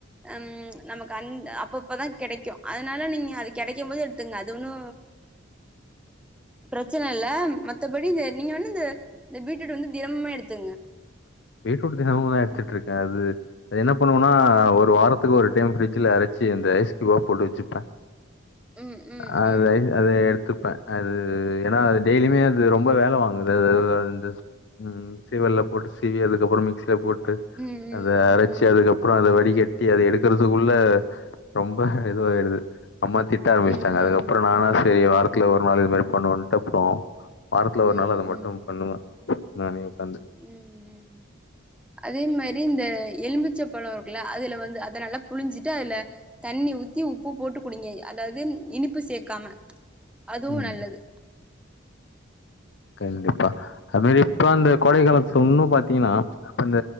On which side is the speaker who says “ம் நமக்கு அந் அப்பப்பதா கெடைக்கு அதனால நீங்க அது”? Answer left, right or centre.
Centre